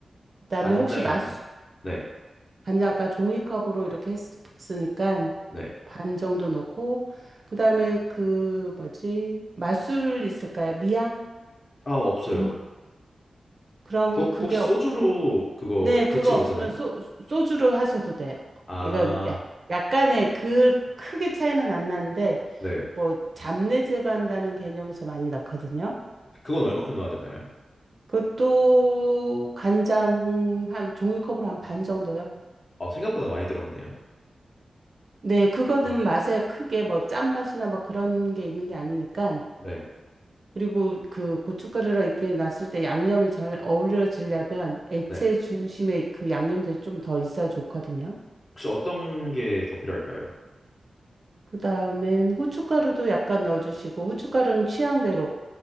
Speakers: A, on the right (about 45°); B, on the left (about 35°).
A: 그다음에
B: 간장이
A: 혹시 맛,
B: 반이야. 네,
A: 반을 아까 종이컵으로 이렇게 했으니까
B: 네.
A: 반 정도 넣고 그다음에 그 뭐지? 맛술 있을까요? 미양?
B: 아, 없어요.
A: 네. 그럼
B: 그,
A: 그게
B: 혹시
A: 없,
B: 소주로 그거
A: 네, 그거
B: 대체 못하나요?
A: 없으면 소, 소주로 하셔도 돼요.
B: 아,
A: 그러니까 야- 약간의 그 크게 차이는 안 나는데
B: 네.
A: 뭐 잡내 제거한다는 개념에서 많이 넣거든요.
B: 그건 얼마큼 넣어야 되나요?
A: 그것도 간장 한 종이컵으로 한 반 정도요.
B: 아, 생각보다 많이 들어가네요.
A: 네, 그거는
B: 네,
A: 맛에 크게 뭐 짠맛이나 뭐 그런 게 있는 게 아니니까
B: 네,
A: 그리고 그 고춧가루랑 이렇게 놨을 때 양념이 잘 어우러지려면 액체
B: 네.
A: 중심에 그 양념들이 좀 더 있어야 좋거든요.
B: 혹시 어떤 게 더 필요할까요?
A: 그 다음엔 후춧가루도 약간 넣어주시고, 후춧가루는 취향대로